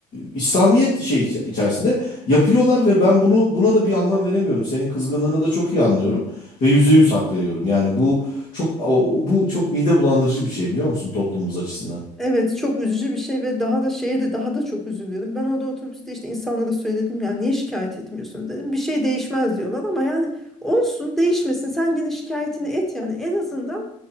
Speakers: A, on the left; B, in the centre.
A: İslamiyet şey iç- içerisinde yapıyorlar ve ben bunu buna da bir anlam veremiyorum. Senin kızgınlığını da çok iyi anlıyorum ve yüzde yüz hak veriyorum. Yani bu çok o- bu çok mide bulandırıcı bir şey biliyor musun toplumumuz açısından?
B: Evet çok üzücü bir şey ve daha da şeye de daha da çok üzülüyordum. Ben orada otobüste işte insanlara söyledim yani niye şikayet etmiyorsunuz dedim. Bir şey değişmez diyorlar ama yani olsun değişmesin sen gene şikayetini et yani en azından